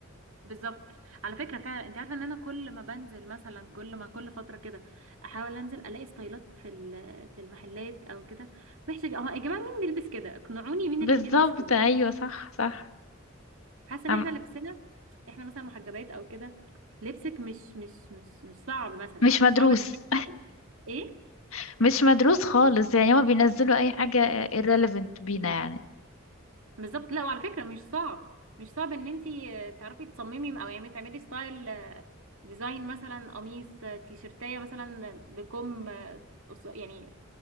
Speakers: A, on the right; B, on the left.
A: بالظبط على فكره فعلا انت عارفه ان انا كل ما بنزل مثلا كل ما كل فتره كده احاول انزل الاقي ستايلات في ال- في المحلات او كده محتاجه اه يا جماعه مين بيلبس كده اقنعوني مين
B: بالظبط
A: اللي بيلبس كده
B: ايوه صح صح
A: حاسه ان
B: أم-
A: احنا لبسنا احنا مثلا محجبات او كده لبسك مش مش مش مش صعب مثلا
B: مش
A: مش
B: مدروس
A: صعب ان حد ايه
B: <laughs> مش مدروس خالص يعني هما بينزلوا اي حاجه irrelevant بينا يعني
A: بالظبط لا وعلى فكره مش صعب مش صعب ان انت تعرفي تصممي او يعني تعملي ستايل آه، ديزاين مثلا قميص آه، تيشرتايه مثلا بكم آه، قص- يعني